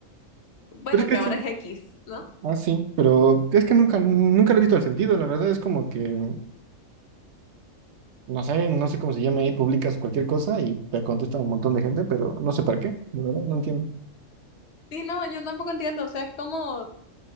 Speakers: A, on the left; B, on the right.
A: bueno,
B: Pero es que
A: que
B: sí.
A: ahora es X, ¿no?
B: Ah, sí, pero es que nunca, nunca le he visto el sentido. La verdad es como que. No sé, no sé cómo se llama ahí, publicas cualquier cosa y te contesta un montón de gente, pero no sé para qué, de verdad, no entiendo.
A: Sí, no, yo tampoco entiendo, o sea, es como,